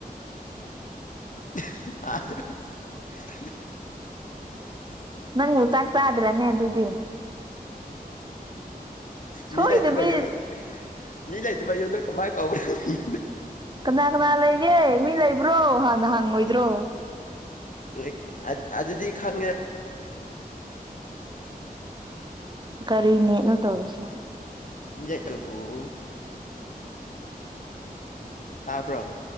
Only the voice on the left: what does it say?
<unintelligible>
ꯃꯤ ꯂꯩꯇꯕ ꯌꯨꯝꯅꯤ ꯃꯤ ꯂꯩꯇꯕ ꯌꯨꯝꯗ ꯀꯃꯥꯏꯅ ꯀꯧꯕ꯭ꯔꯥ ꯃꯤꯅ
ꯅꫭꯏ ꯑ ꯑꯗꯨꯗꯤ ꯈꯪꯉꯦ
ꯂꯦꯠꯂꯕꫭ ꯇꯥꯕꯔꫭ